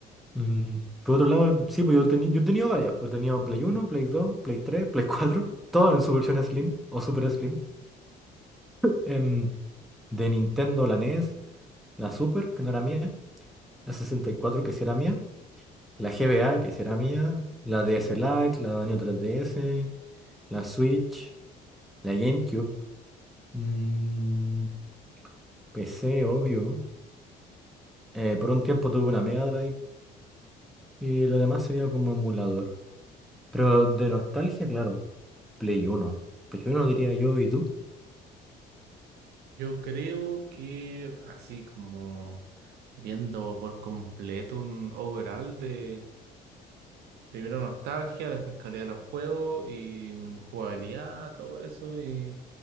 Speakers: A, in the centre; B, on the right.
A: Mm, por otro lado, sí, pues yo, teni- yo he tenido varias. Pues he tenido Play uno Play dos Play tres Play cuatro <laughs> todas en su versión Slim o Super Slim. Em, de Nintendo, la NES, la Super, que no era mía, la sesenta y cuatro que sí era mía, la GBA, que sí era mía, la DS Lite, la Neo 3DS, la Switch, la GameCube, mm, PC, obvio. Eh, por un tiempo tuve una Mega Drive y lo demás sería como emulador. Pero de nostalgia, claro. Play 1. Play uno diría yo, ¿y tú?
B: Yo creo que así como viendo por completo un overall de primero nostalgia, después calidad de los juegos y mm, jugabilidad, todo eso y,